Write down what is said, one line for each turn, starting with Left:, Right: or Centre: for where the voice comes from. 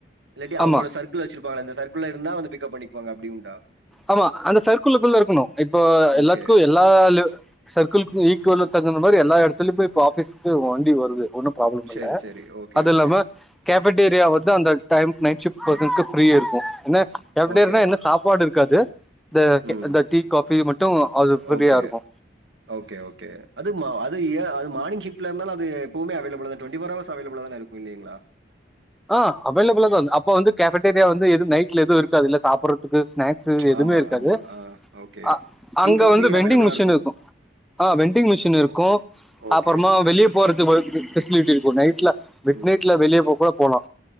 Right: இல்லாட்டி அவுங்ளோட
Centre: ஆமா
Right: சர்க்கிள் வச்சிருப்பாங்ளா இந்த சர்க் குள்ள இருந்தா வந்து பிக்கப் பண்ணக்வாங்க அப்டி உண்டா
Centre: ஆமா அந்த சர்க்குளுக்குள்ள இருக்குணு இப்போ எல்லாத்துக்கு
Right: ஓகே.
Centre: எல்லா லிவ் சர்க்கிள்க்கு ஈக்வல தகுந்த மாரி எல்லா எடத்தில்யு போய் இப்ப ஆபிஸ்க்கு வண்டி வருது ஒன்னு ப்ராப்ளம்
Right: சரி,
Centre: இல்ல
Right: சரி. ஓகே,
Centre: அது
Right: ஓகே,
Centre: இல்லாம கே ஃபெட்டேரியா வந்து அந்த டைம் நைட் ஃஷிப் பேசன்க்கு ஃப்ரீயாருக்கு என்ன கேஃபெடேரினா
Right: ஓகே.
Centre: என்ன சாப்பாடு இரு க்காது இந்த டி
Right: ம்.
Centre: இந்த டீ காஃபி மட்டு அது ஃப்ரீயாருக்கு
Right: ஓகே, ஓகே, ஓகே. <unintelligible> அது மானிங் ஃஷிப்ல இந்தாலு அது எப்போவ்மே அவைலபுளு தா ட்வெண்டி ஃபோர் அவர்ஸு அவைலபுளாதாங்க இருக்கு இல்லீங்ளா
Centre: அ அவைலபுளா தா அப்ப வந்து கேஃபேடேரியா வந்து எது நைட்ல எதுவ் இருக்காதுல்ல சாப்பறற் துக்கு ஸ்நாக்ஸு எதுவ்மே
Right: ஆமா,
Centre: இருக்காது
Right: ஆமா. ஆ ஓகே.
Centre: அ
Right: டீ,
Centre: அங்க
Right: காஃபி
Centre: வந்து வெண்டிங்
Right: அவைலபிளா
Centre: மிஷின்
Right: இருக்கும்.
Centre: இர்க்கு அ வென்டிங் மிஷின்
Right: ஓ
Centre: இருக்கு
Right: ஓகே.
Centre: அப்புறமா வெளியே போறதுக் கு ஃபெசிலிட்டி இருக்கு நைட்ல மிட்
Right: ம்.
Centre: நைட்ல வெளிய போ கூட போலா